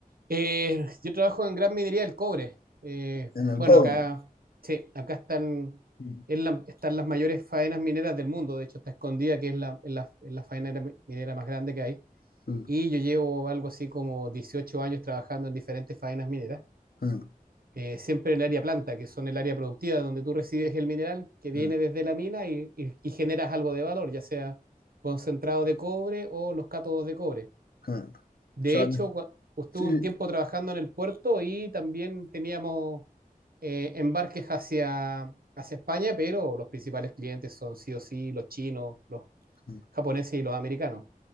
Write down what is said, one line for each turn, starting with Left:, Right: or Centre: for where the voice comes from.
Right: eh, yo trabajo en gran minería del cobre. Eh,
Left: en el
Right: bueno,
Left: cobre.
Right: acá, sí, acá están,
Left: Mm,
Right: es la- están las mayores faenas mineras del mundo. De hecho, está escondida, que es la, es la, es la faena minera más grande que hay.
Left: mm,
Right: y yo llevo algo así como 18 años trabajando en diferentes faenas mineras,
Left: mm,
Right: eh, siempre en el área planta, que son el área productiva, donde tú recibes el mineral que viene
Left: mm,
Right: desde la mina y, y- y generas algo de valor, ya sea concentrado de cobre o los cátodos de cobre.
Left: mm. O
Right: De
Left: sea,
Right: hecho,
Left: que-
Right: cua- estuve
Left: sí,
Right: un
Left: sí.
Right: tiempo trabajando en el puerto y también teníamos eh, embarques hacia, hacia España, pero los principales clientes son sí o sí los chinos, los
Left: mm,
Right: japoneses y los americanos.